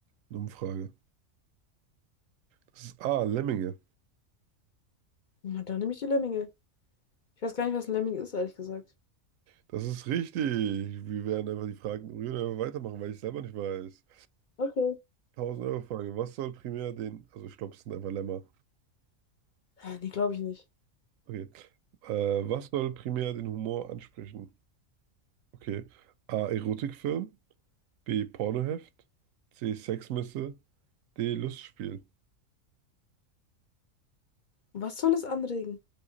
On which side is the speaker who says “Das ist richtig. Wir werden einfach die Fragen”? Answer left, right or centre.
Right